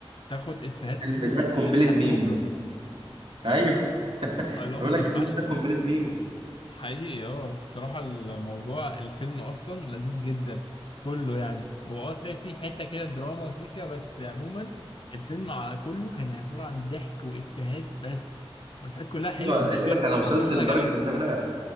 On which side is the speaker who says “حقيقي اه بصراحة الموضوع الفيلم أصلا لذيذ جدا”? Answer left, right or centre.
Left